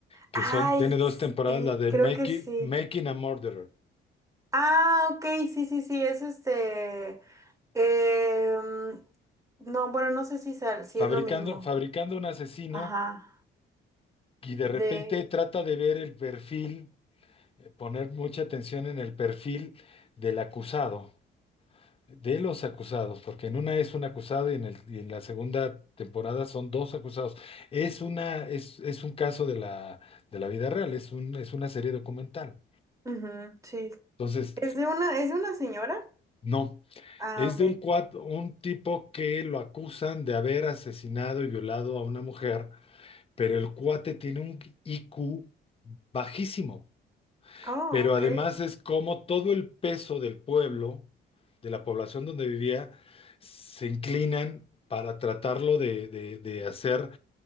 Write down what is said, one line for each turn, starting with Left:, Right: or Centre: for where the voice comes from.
Left: que
Right: Ay,
Left: son, tiene dos temporadas,
Right: sí,
Left: la de
Right: creo
Left: Making,
Right: que sí.
Left: Making a Murderer,
Right: Ah, ok, sí, sí, sí, es este. em, no, bueno, no sé si, sal- si
Left: fabricando,
Right: es lo mismo.
Left: fabricando un asesino
Right: Ajá.
Left: y de
Right: De.
Left: repente trata de ver el perfil, eh, poner mucha atención en el perfil del acusado, de los acusados, porque en una es un acusado y en el- y en la segunda temporada son dos acusados. Es una, es, es un caso de la, de la vida real, es un, es una serie documental.
Right: ujú, sí.
Left: Entonces,
Right: ¿Es de una, es de una señora?
Left: no.
Right: Ah,
Left: Es
Right: ok.
Left: de un, cuat- un tipo que lo acusan de haber asesinado y violado a una mujer, pero el cuate tiene un IQ bajísimo.
Right: Oh,
Left: Pero
Right: ok.
Left: además es como todo el peso del pueblo, de la población donde vivía, se inclinan para tratarlo de, de- de hacer